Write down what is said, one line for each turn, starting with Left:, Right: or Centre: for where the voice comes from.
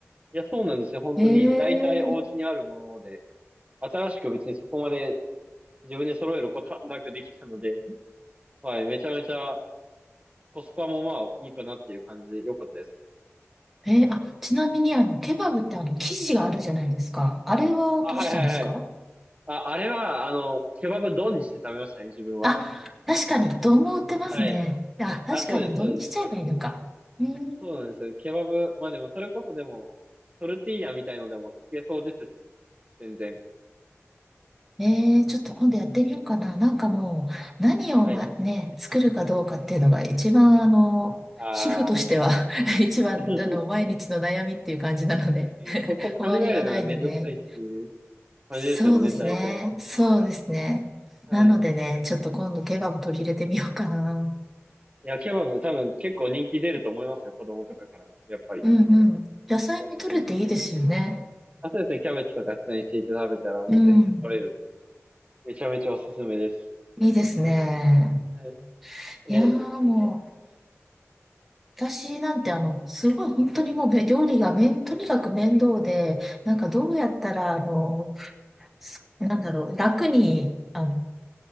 Right: いや、そうなんですよ。本当に、
Centre: えー、
Right: 大体お家にあるもので、新しく別にそこまで自分で揃えることはなくできたので、はい、めちゃめちゃコスパもまあいいかなっていう感じで良かったですね。
Centre: えーあ、ちなみにあの、ケバブってあの、生地があるじゃないですか。あれはどうしたんですか
Right: あ、はいはいはい。あ、あれは、あの、ケバブ丼にして食べましたね、自分は。
Centre: あ、確かに、丼も売ってますね。
Right: はい。
Centre: あ、確かに、
Right: あ、そうです、
Centre: 丼にしちゃえばいいのか。
Right: そうです。
Centre: えー、
Right: そうなんですよ。ケバブ、まあでもそれこそでも、トルティーヤみたいのでもいけそうですしね。全然。
Centre: えーちょっと今度やってみようかな。なんかもう、何を、
Right: はい。
Centre: ま、ね、作るかどうかっていうのが一番あの、
Right: ああ、
Centre: 主婦としては <laughs> 一番あの、
Right: <laughs>
Centre: 毎日の悩みっていう感じなので、
Right: 確かに、そこ考えるのがめんどくさいっていう
Centre: 終わりがないんでね。
Right: 感じですよね、
Centre: そうですね。
Right: 大体は。
Centre: そうですね。
Right: はい。
Centre: なのでね、ちょっと今度ケバブ取り入れてみようかな。
Right: いや、ケバブ多分結構人気出ると思いますよ、子供とかからも。やっぱり。
Centre: うんうん。野菜も取れていいですよね。
Right: 美味しいんで。あとですね、キャベツとか下に敷いて食べたらもう全然取れる。
Centre: うん。
Right: めちゃめちゃおすすめです。
Centre: いいですね。
Right: え、
Centre: いやーもう、
Right: え、
Centre: 私なんてあの、すごい本当にもうめ料理がめん、とにかく面倒で、なんかどうやったら、あの、すなんだろう、楽に、あの、そ